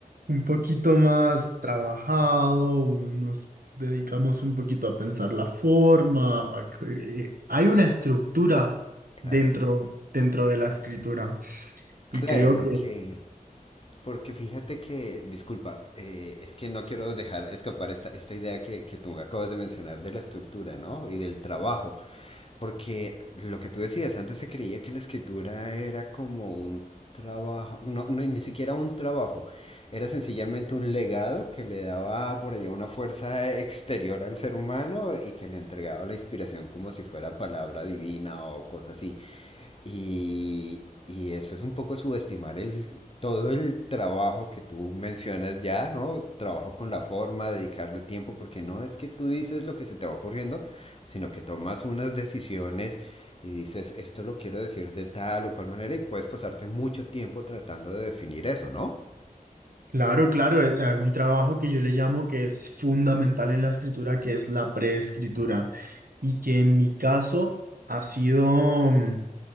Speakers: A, on the right; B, on the left.
A: Un poquito más trabajado, un- nos dedicamos un poquito a pensar la forma, a que- eh, hay una estructura
B: claro.
A: dentro, dentro de la escritura
B: Claro,
A: y creo
B: porque
A: que,
B: Porque fíjate que, disculpa, eh, es que no quiero dejar escapar esta, esta idea que, que tú acabas de mencionar de la estructura, ¿no? Y del trabajo. Porque lo que tú decías, antes se creía que la escritura era como un trabajo, no, no, ni siquiera un trabajo, era sencillamente un legado que le daba por allá una fuerza exterior al ser humano y que le entregaba la inspiración como si fuera palabra divina o cosa así. Y, y eso es un poco subestimar el, todo el trabajo que tú mencionas ya, ¿no? Trabajo con la forma, dedicarle tiempo, porque no es que tú dices lo que se te va ocurriendo, sino que tomas unas decisiones y dices, esto lo quiero decir de tal o cual manera y puedes pasarte mucho tiempo tratando de definir eso, ¿no?
A: claro, claro, es hay un trabajo que yo le llamo que es fundamental en la escritura, que es la preescritura y que en mi caso ha sido... mm,